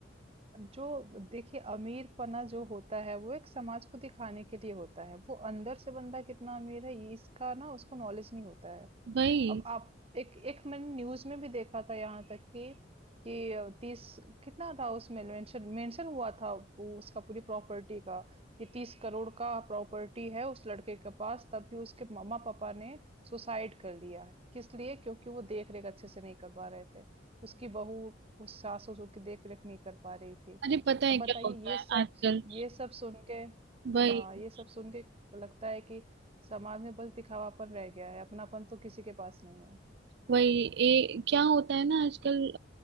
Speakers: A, on the right (about 30°); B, on the right (about 60°).
A: जो देखिए अमीरपना जो होता है वो एक समाज को दिखाने के लिए होता है वो अंदर से बंदा कितना अमीर है ये इसका ना उसको नॉलेज नहीं होता है
B: वही
A: अब आप एक एक मैंने न्यूज़ में भी देखा था यहाँ तक कि कि अ, 30 कितना था उसमें मेंशन मेंशन हुआ था वो उसका पूरी प्रॉपर्टी का कि 30 करोड़ का प्रॉपर्टी है उस लड़के के पास तब भी उसके मम्मा पापा ने सुसाइड कर लिया है किस लिए क्योंकि वो देख रेख अच्छे से नहीं कर पा रहे थे उसकी बहू उस सास ससुर की देख रेख नहीं कर पा रही थी
B: अरे पता है
A: अब
B: क्या
A: बताइए
B: होता
A: ये
B: है
A: सब
B: आजकल
A: ये सब सुन के
B: वही
A: हाँ ये सब सुन के लगता है कि समाज में बस दिखावापन रह गया है, अपनापन तो किसी के पास नहीं है।
B: वही ए, क्या होता है ना आजकल